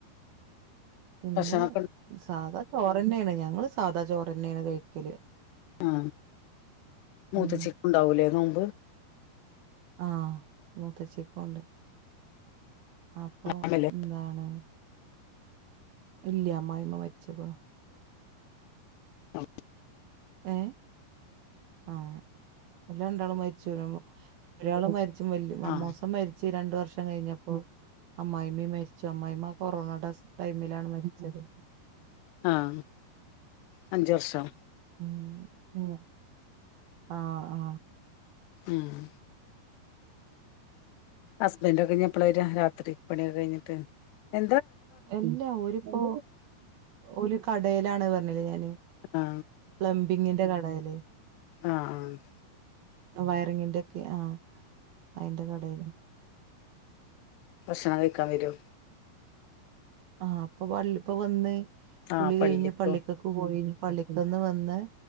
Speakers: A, on the right (about 65°); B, on the left (about 85°).
A: പിന്നെ
B: ഭക്ഷണൊക്കെ
A: സാധാ ചോറ്ന്നെയാണ് ഞങ്ങള് സാധാ ചോറ്ന്നെയാണ് കഴിക്കല്
B: ആ മൂത്തച്ചക്ക്ണ്ടാവൂലേ
A: ഉം
B: നോ മ്പ്
A: ആഹ മൂത്തഛക്കണ്ട് അപ്പൊ
B: ആണല്ലേ?
A: എന്താണ് ഇല്ല അമായിമ്മ മരിച്ച് ക്ണ്
B: ആ
A: ഏ ആ അല്ല രണ്ടാളും മരിച്ചു ഒരാള് മ
B: ആഹ്
A: മോസം മരിച്ചു രണ്ട വ കഴിഞ്ഞപ്പോ അമ്മായി മ്മ മരിച്ചോ അമ്മ്മ്മ കൊറോണ ടൈമിലാണ് മരിച്ചത്
B: ആഹ അഞ്ച വർഷം
A: ഉ ഉ അ അ
B: ആഹ ഹസ്ബൻഡ കെഴിഞ്ഞപ്പള വര് രാത്രി പണിയൊക്കെ കഴിഞ്ഞിട്ട് എ
A: എല്ലാ ഒരുപ്പോ ഒരു കടലാണ് പറഞ്ഞല് ഞാന്
B: ആ
A: പ്ലംബിങ്ങിന്റെ കട ല്ലേ
B: ആഹ് ആഹ്
A: വയറിങ്ങിന്റെ ആഹ് അയിന്റെ കടേൽ
B: ഭക്ഷണം കഴിക്കാൻ വരോ
A: ആഹ് അപ്പൊ വള്ളിപ്പൊ വന്നെ
B: ആ
A: കുളി
B: പള്ളിക്കോ
A: കഴിഞ്ഞ് പള്ളിക്കക്ക്‌ പോയിന് പള്ളിക്ന്ന് വന്ന്